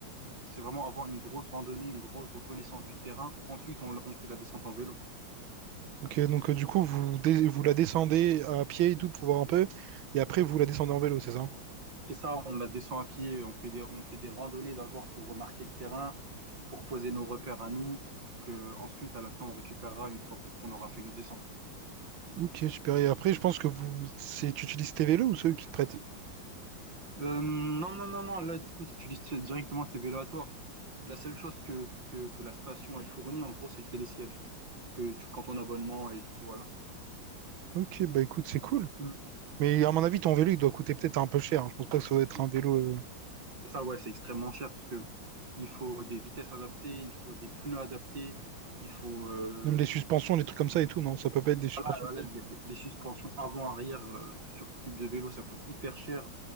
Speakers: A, on the right; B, on the right.
A: c'est vraiment avoir une grosse randonnée, une grosse reconnaissance du terrain. Ensuite, on, on fait la descente en vélo.
B: Ok, donc, euh, du coup, vous, dé- vous la descendez à pied et tout pour voir un peu, et après, vous la descendez en vélo, c'est ça?
A: C'est ça, on la descend à pied, on fait des, on fait des randonnées d'abord pour remarquer le terrain, pour poser nos repères à nous, que ensuite à la fin on récupérera une fois qu'on qu'on aura fait nos descentes.
B: Ok, super. Et après, je pense que vous, c'est, tu utilises tes vélos ou ceux qui te prêtent?
A: Euh, non, non, non, non, là du coup tu utilises directement tes vélos à toi. La seule chose que, que, que la station elle fournit en gros c'est le télésiège, que tu prends ton abonnement et du coup voilà.
B: Ok, bah écoute, c'est cool.
A: Mm.
B: Mais à mon avis, ton vélo, il doit coûter peut-être un peu cher. Je pense pas que ça doit être un vélo. euh,
A: Et ça ouais c'est extrêmement cher parce que il faut des vitesses adaptées, il faut des pneus adaptés, il faut euh,
B: Même les suspensions,
A: du,
B: les trucs comme ça et tout, non? Ça peut pas être des suspensions
A: Voilà, voilà,
B: de
A: les, les- les suspensions avant-arrière euh, sur ce type de vélo, ça coûte hyper cher.